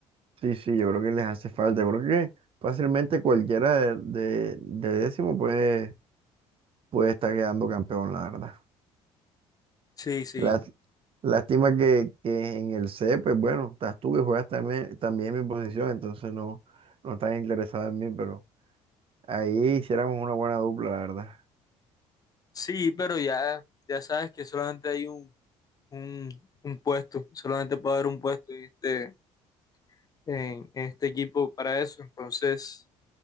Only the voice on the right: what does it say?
Sí, sí, yo creo que les hace falta. Yo Creo que fácilmente cualquiera de, de, de décimo puede, puede estar quedando campeón, la verdad.
Lás- lástima que, que en el C, pues bueno, estás tú que juegas también, también mi posición, entonces no, no estás interesado en mí, pero ahí hiciéramos una buena dupla, la verdad.